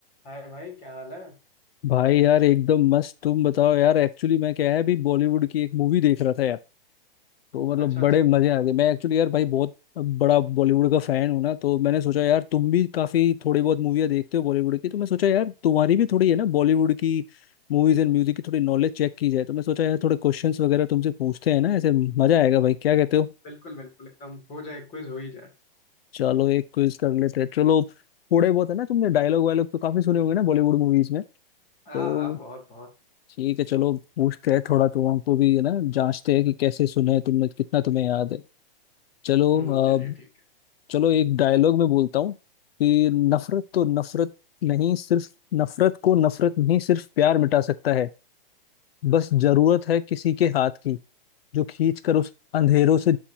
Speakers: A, on the left (about 20°); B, on the left (about 80°).
A: हाय भाई क्या हाल है
B: भाई यार एकदम मस्त तुम बताओ यार एक्चुअली मैं क्या है अभी बॉलीवुड की एक मूवी देख रहा था यार तो मतलब
A: अच्छा अच्छा
B: बड़े मजे आ गए मैं एक्चुअली यार भाई बहुत बड़ा बॉलीवुड का फैन हूं ना तो मैंने सोचा यार तुम भी काफी थोड़ी बहुत मूवियाँ देखते हो बॉलीवुड की तो मैं सोचा यार तुम्हारी भी थोड़ी है ना बॉलीवुड की मूवीज एंड म्यूजिक की थोड़ी नॉलेज चेक की जाए तो मैं सोचा यार थोड़े क्वेश्चंस वगैरह तुमसे पूछते हैं ना ऐसे मजा आएगा भाई क्या कहते हो
A: बिल्कुल बिल्कुल एकदम हो जाए क्विज हो ही जाए
B: चलो एक क्विज कर लेते हैं चलो थोड़े बहुत है ना तुमने डायलॉग वायलॉग तो काफी सुने होंगे ना बॉलीवुड मूवीज में
A: हाँ
B: तो
A: हाँ बहुत बहुत
B: ठीक है चलो पूछते हैं थोड़ा तो हमको भी है ना जांचते हैं कि कैसे सुने हैं तुमने कितना तुम्हें याद है चलो
A: हम्म, चलिए
B: अ,
A: ठीक
B: चलो एक डायलॉग में बोलता हूँ कि नफरत तो नफरत नहीं सिर्फ नफरत को नफरत नहीं सिर्फ प्यार मिटा सकता है बस जरूरत है किसी के हाथ की जो खींच कर उस अंधेरों से